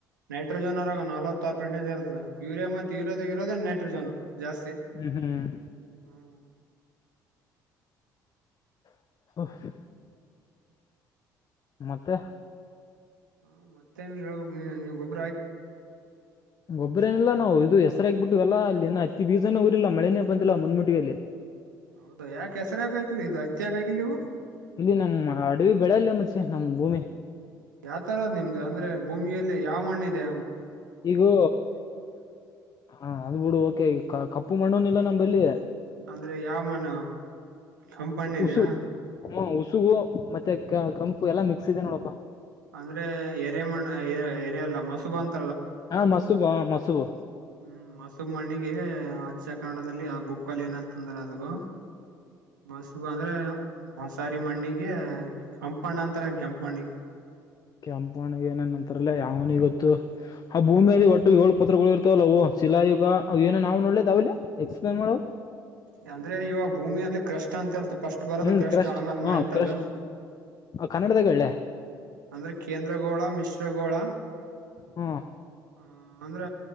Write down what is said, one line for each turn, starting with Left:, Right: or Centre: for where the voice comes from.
Right: ನೈಟ್ರೋಜನ್ರಾಗ ನಲ್ವತ್ಾರು ಪರ್ಸೆಂಜ ಇರ್ತದೆ ಯುರಿಯಾ ಮತ್ತೆ ಯೂರಿಯಾದಾಗ ಇರೋದೇ ನೈಟ್ರೋಜನ್ ಜಾಸ್ತಿ
Left: ಹ್ಮ್ ಹ್ಮ್
Right: ಹ್ಮ್
Left: ಹ ಮತ್ತೆ
Right: ಹಾ ಮತ್ತೆನ ಹೇಳ್ಬೇಕು ನೀ ನೀವ್ ಒಬ್ಬ
Left: ಗೊಬ್ಬರೇನಲ್ಲ ನಾವು ಇದು ಎಷ್ಟ ದಸರ ಆಗ್ಬಿಟ್ಟವಲ್ಲ ಅಲ್ಲಿ ಅತಿ ಬೀೂಸನೇ ಊರಿಲ್ಲ ಮಳೆನೇ ಬಂದಿಲ್ಲ ಮುಂದ್ ಮುಿಟ್ಟಿಗೆ ಅಲ್ಲಿ
Right: ಹೌದು ಯಾಕೆ ಹೆಸರ ಯಕ ಆಗಲಿ ಇದು ಅಚ್ಚಿ ಯಾಕ ಆಗಲಿ ನೀವು
Left: ಇಲ್ಲಿ ನಮ್ಮ್ ಅಡವಿ ಬೆಳೆ ಅಲ್ಲಯ ಮಚೆ ನಮ್ ಭೂಮಿ
Right: ಯಾವ ತರದ್ ನಿಮ್ದು ಅಂದ್ರೆ ಭೂಮಿಯಲ್ಲಿ ಯಾವ ಮಣ್ಣ ಇದೆ
Left: ಈಗೂ ಹ ಅದ್ ಬಿುಡು ಓಕೆ ಈ ಕಪ್ಪು ಮಣ್ಣುನ ಇಲ್ಲ ನಮ್ಮಲ್ಲಿ
Right: ಅಂದ್ರೆ ಯಾವ ಮನ್ ಕಂಪಣ್ಣ ಇದನಾ
Left: ಉಸು ಹ್ಮ ಉಸುಗು ಮತ್ತೆ ಕಂಪು ಎಲ್ಲಾ ಮಿಕ್ಸ್ ಇದೆ ನೋಡ
Right: ಅಂದ್ರೆ ಎರೆ ಮಣ್ಣ ಎರೆ ಅಲ್ಲ ಮಸುಬ ಅಂತ
Left: ಹಾ ಮಸೂಬ ಹ ಮಸೂಬು
Right: ಹ್ಮ್ ಮಸುಬ್ ಮಣ್ಣಿಗೆ ಹಚ್ಚ ಕನ್ನಡದಲ್ಲಿ ಭೂಕ್ಕಲ್ ಏನಂತಂದ್ರ ಅದಗ ಮಸ್ಗ ಅಂದ್ರೆ ಮಸಾರಿ ಮಣ್ಣಿಗೆ ಕೆಂಪಣ್ಣ ಅಂತರಂಗ ಕೆಂಪಣ್ಣಿಗೆ ಹ
Left: ಕೆಂಪಣಗ ಏನನ್ಂತಾರಲ್ಲ ಯಾವನಿ ಗೊತ್ತು ಆ ಭೂಮಿಯಲ್ಲಿ ಒಟ್ಟು ಏಳ್ ಪತ್ರಗಳು ಇರ್ತವಲ್ಲವು ಶಿಲಾಯುಗ ಏನೋ ನಾವು ನೋಡ್ೇದ ಅವಲಿ ಎಕ್ಸ್ಪ್ಲೇನ್ ಮಾಡೋ
Right: ಅಂದ್ರೆ ಇವಾಗ ಭೂಮಿಯ ಅಲ್ಲಿ ಕಷ್ಟ ಅಂತ ಇರ್ತ ಫಸ್ಟ್ ಬರದಕ್ಕೆಷ್ಟ
Left: ಹ್ಮ್ ಕ್ರಸ್ಟ್
Right: ಆಮೇಲೆ
Left: ಹ
Right: ಮೆಂಟಲ್
Left: ಕ್ರಸ್ಟ್ ಕನ್ನಡದಾಗ ಹೇಳಲೆ
Right: ಅಂದ್ರೆ ಕೇಂದ್ರಗೋಳ ಮಿಶ್ರಗೋಳ
Left: ಹ್ಮ
Right: ಹ ಅಂದ್ರ